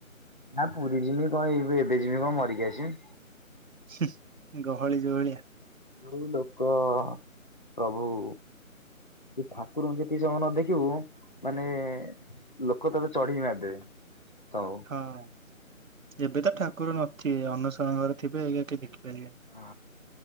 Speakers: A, on the left; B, on the right.
A: ନାଁ ପୁରୀ ଯିମି କ'ଣ ଏଇବେ ଏବେ ଯିମି କ'ଣ ମରିକି ଆସିିମି।
B: ହୁଁ ଗହଳି ଯୋଭଳିଆ।
A: ଯୋଉ ଲୋକ ପ୍ରଭୁ। ସେ ଠାକୁରଙ୍କୁ ଯେତିକି ସମୟ ନ ଦେଖିବୁ ମାନେ। ଲୋକ ତତେ ଚଢିକି ମାରି ଦେବେ ତ।
B: ହଁ ଏବେ ତ ଠାକୁର ନଥିବେ ଅନୁସରଣ ଘରେ ଥିବେ ତ କେହି ଦେଖିପାରିବେ ନି।
A: ହଁ